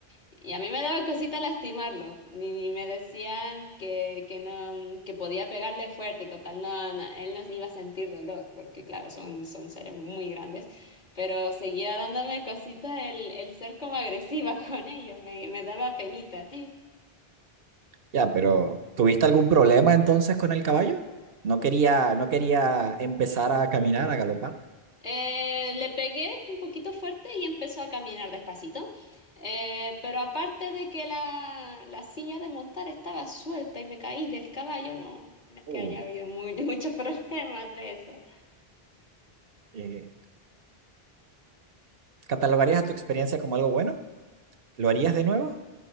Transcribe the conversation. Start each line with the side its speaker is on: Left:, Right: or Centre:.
Left: Y a mí me daba cosita lastimarlo. Y me decían que, que no, que podía pegarle fuerte, total, no, no, él no iba a sentir dolor, porque claro, son, son seres muy grandes. Pero seguía dándome cosita el, el ser como agresiva <laughs> con ellos, me, me daba penita.
Right: Ya, pero ¿tuviste algún problema entonces con el caballo? No quería, no quería empezar a caminar, a galopar.
Left: Eh, le pegué un poquito fuerte y empezó a caminar despacito. Eh, pero aparte de que la, la silla de montar estaba suelta y me caí del caballo, no, no es
Right: Uh,
Left: que haya habido muy- <laughs> muchos problemas de eso.
Right: eh, ¿Catalogarías a tu experiencia como algo bueno? ¿Lo harías de nuevo?